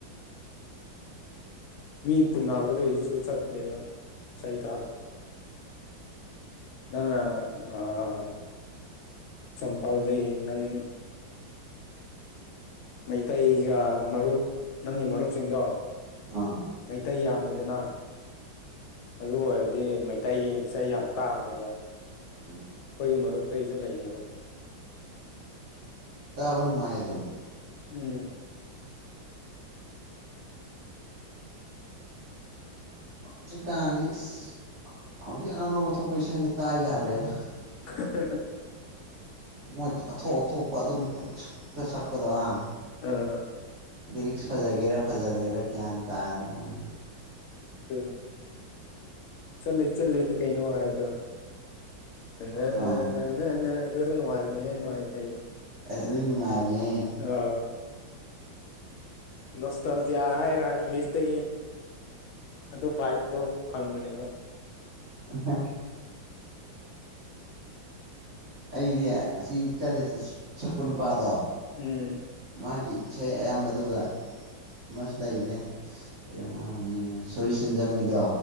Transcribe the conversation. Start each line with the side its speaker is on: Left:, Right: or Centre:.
Left: ꯃꯤ ꯄꯨꯟꯟꯅꯕꯗꯁꯨ ꯆꯠꯂꯦꯕ ꯏꯁꯩꯏꯇ ꯅꯪꯔꯥ ꯑꯥ ꯆꯝꯄꯥꯜꯗ ꯅꯪ ꯃꯩꯇꯩꯒ ꯃꯔꯨꯞ ꯅꯪꯒꯤ ꯃꯔꯨꯞꯁꯤꯡꯗꯣ
Right: ꯑꯥ
Left: ꯃꯩꯇꯩ ꯌꯥꯝꯃꯦꯗꯅ ꯑꯗꯨ ꯑꯣꯏꯔꯗꯤ ꯃꯩꯇꯩꯒꯤ ꯏꯁꯩ ꯌꯥꯝ ꯇꯥꯕꯅꯦꯕ
Right: ꯎꯝ
Left: ꯈꯣꯏꯒꯤ ꯃꯔꯨꯞꯇꯩꯁꯨ ꯂꯩꯌꯦꯕ
Right: ꯇꯥꯕ ꯅꯨꯡꯉꯥꯏ ꯑꯗꯨꯝ
Left: ꯎꯝ
Right: ꯍꯧꯖꯤꯛ ꯀꯥꯟꯗꯤ ꯑꯁ ꯍꯧꯖꯤꯛ ꯑꯅꯧ ꯑꯅꯧꯕ ꯊꯣꯛꯄ ꯏꯁꯥꯒꯤ ꯇꯥ ꯌꯥꯗ꯭ꯔꯦꯗ
Left: <unintelligible>
Right: ꯃꯣꯏ ꯑꯊꯣꯛ ꯑꯊꯣꯛꯄ ꯑꯗꯨꯝ ꯄꯪꯁꯛꯇ ꯁꯛꯄꯗꯣ ꯍꯥ
Left: ꯑꯥ
Right: ꯂꯤꯔꯤꯛꯁ ꯐꯖꯒꯦꯔꯥ ꯐꯖꯔꯣꯏꯔꯥ ꯒ꯭ꯌꯥꯟ ꯇꯥꯗ꯭ꯔꯦ ꯃꯣꯏ
Left: ꯇꯨꯅꯤ ꯆꯠꯂꯦ ꯆꯠꯂꯦꯗꯤ ꯀꯩꯅꯣ ꯍꯥꯏꯕꯗꯣ ꯅ
Right: ꯑꯥ
Left: ꯅ ꯅ ꯅ ꯅ ꯑꯗꯨ ꯅꯨꯡꯥꯏꯕꯅꯦꯍꯦ ꯃꯥꯏ ꯀꯩꯅꯣ
Right: ꯑꯦ ꯑꯗꯨꯗꯤ ꯅꯨꯡꯉꯥꯏꯕꯅꯦꯍꯦ
Left: ꯑꯥꯥ ꯅꯣꯁꯇꯥꯜꯖꯤꯌꯥ ꯍꯥꯏꯔꯥ ꯏꯪꯂꯤꯁꯇꯒꯤ ꯑꯗꯨ ꯕꯥꯏꯗꯣ ꯐꯪꯕꯅꯦꯕ
Right: ꯑ ꯑꯩꯗꯤ ꯑꯁꯤ ꯆꯠꯂꯦ ꯁꯛꯄ ꯅꯨꯄꯥꯗꯣ
Left: ꯎꯝ
Right: ꯃꯥꯒꯤ ꯏꯁꯩ ꯑꯌꯥꯝꯕꯗꯨꯒ ꯑꯃꯁꯨ ꯂꯩꯕꯅꯦ ꯀꯩꯅꯣ ꯃꯥ ꯃꯃꯤꯡꯅ ꯁꯣꯔꯤ ꯁꯦꯟꯖꯝꯒꯤꯗꯣ